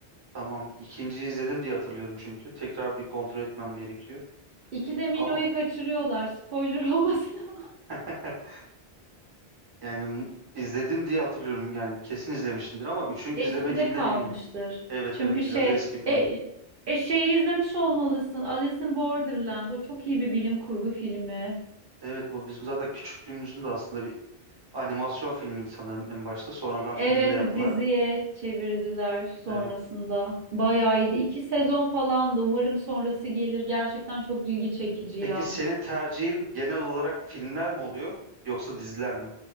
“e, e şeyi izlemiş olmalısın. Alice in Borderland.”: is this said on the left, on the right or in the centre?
Right